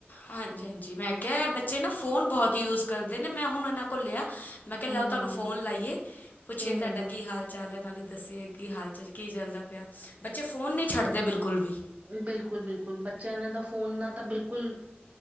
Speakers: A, on the left; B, on the right.
A: ਹਾਂਜੀ-ਹਾਂਜੀ ਮੈਂ ਕਿਅ ਬੱਚੇ ਨਾ ਫੋਨ ਬੋਹਤ ਯੂਜ ਕਰਦੇ ਨੇ ਮੈਂ ਹੁਣ ਐਨਾਂ ਕੋਲ ਲਿਆ ਮੈਂ ਕਿਆ
B: ਹੂੰ-ਹੂੰ,
A: ਲੈ ਆਓ ਤੁਹਾਨੂੰ ਫੋਨ ਲਾਈਏ ਪੁੱਛੀਏ
B: ਹੂੰ-ਹੂੰ,
A: ਤੁਹਾਡਾ ਕੀ ਹਾਲ ਚਾਲ ਐ ਨਾਲੇ ਦੱਸੇ ਕੀ ਹਾਲ ਚਾਲ ਕੀ ਚੱਲਦਾ ਪਿਆ ਬੱਚੇ ਫੋਨ ਨੀ ਛੱਡਦੇ ਬਿਲਕੁਲ ਵੀ।
B: ਬਿਲਕੁੱਲ-ਬਿਲਕੁੱਲ ਬੱਚਿਆਂ ਨੇ ਤਾਂ ਫੋਨ ਨਾਲ ਤਾਂ ਬਿਲਕੁੱਲ